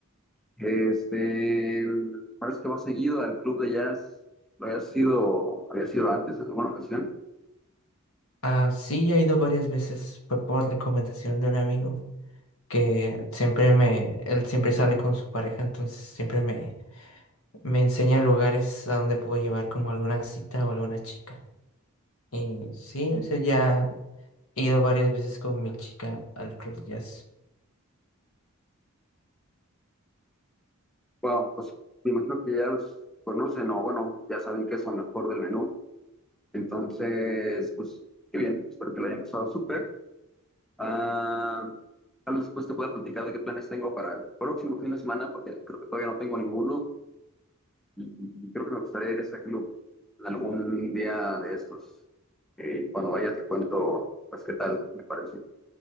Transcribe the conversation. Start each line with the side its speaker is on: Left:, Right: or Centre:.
Centre: Este, parece que va seguido al club de jazz. Lo había sido, había sido antes en alguna ocasión.
Left: Ah, sí, he ido varias veces fue por recomendación de un amigo que siempre me, él siempre sale con su pareja, entonces siempre me me enseña lugares a donde puedo llevar como alguna cita o alguna chica. Y sí, o sea, ya he ido varias veces con mi chica al club de jazz.
Centre: Bueno, pues me imagino que ya los conocen o bueno, ya saben qué es lo mejor del menú. Entonces, pues, qué bien, espero que lo hayan pasado súper. Ah, tal vez después te pueda platicar de qué planes tengo para el próximo fin de semana, porque creo que todavía no tengo ninguno y creo que me gustaría ir a ese club en algún día de estos. Eh, cuando vaya te cuento, pues, qué tal me pareció.